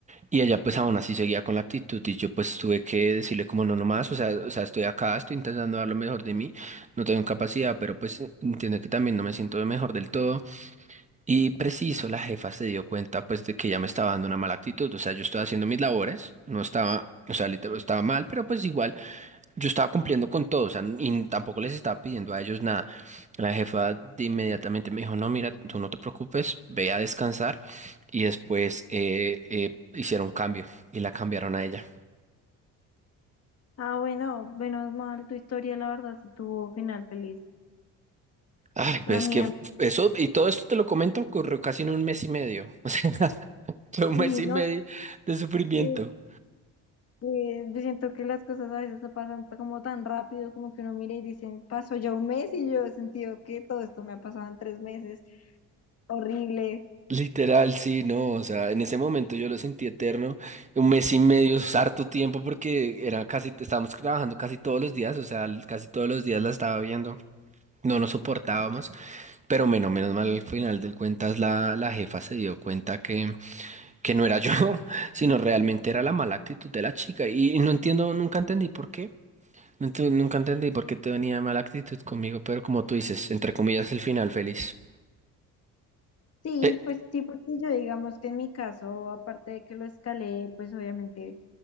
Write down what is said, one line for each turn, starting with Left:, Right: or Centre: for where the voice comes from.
Right: Y ella pues aún así seguía con la actitud y yo pues tuve que decirle como no, no más, o sea, o sea, estoy acá, estoy intentando dar lo mejor de mí, no tengo capacidad, pero pues entiende que también no me siento mejor del todo. Y preciso, la jefa se dio cuenta pues de que ya me estaba dando una mala actitud, o sea, yo estaba haciendo mis labores, no estaba, o sea, literal, estaba mal, pero pues igual. Yo estaba cumpliendo con todo, o sea, y tampoco les estaba pidiendo a ellos nada. La jefa de inmediatamente me dijo, no, mira, tú no te preocupes, ve a descansar. Y después eh, eh, hicieron cambio y la cambiaron a ella.
Left: Ah, bueno, menos mal tu historia, la verdad, si tuvo final feliz.
Right: Ay, pues
Left: La mía,
Right: que eso, y todo esto te lo comento, ocurrió casi en un mes y medio. <laughs> O sea, fue un
Left: uy,
Right: mes y medio de sufrimiento.
Left: no, Eh, yo siento que las cosas a veces se pasan t- como tan rápido, como que uno mira y dice, pasó ya un mes y yo he sentido que todo esto me ha pasado en tres meses, horrible.
Right: Literal, sí, no, o sea, en ese momento yo lo sentí eterno, un mes y medio, es harto tiempo porque era casi, estábamos trabajando casi todos los días, o sea, l- casi todos los días la estaba viendo, no nos soportábamos, pero menos, menos mal al final del cuentas la, la jefa se dio cuenta que, que no era yo, <laughs> sino realmente era la mala actitud de la chica y, y no entiendo, nunca entendí por qué, no ent- nunca entendí por qué te venía mala actitud conmigo, pero como tú dices, entre comillas, el final feliz.
Left: Sí,
Right: Eh,
Left: pues sí, porque yo digamos que en mi caso, aparte de que lo escalé, pues obviamente,